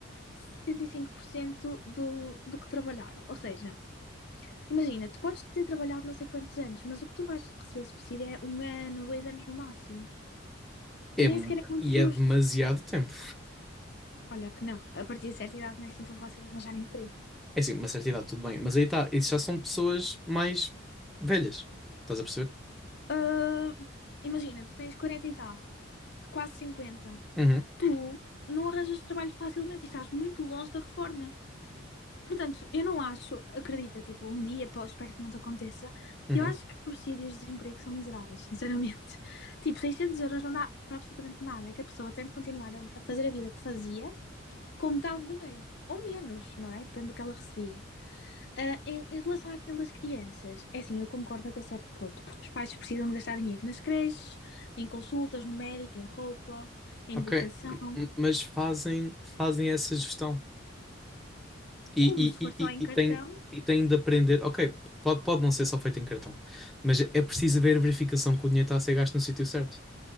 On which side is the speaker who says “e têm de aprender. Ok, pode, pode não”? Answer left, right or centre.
Centre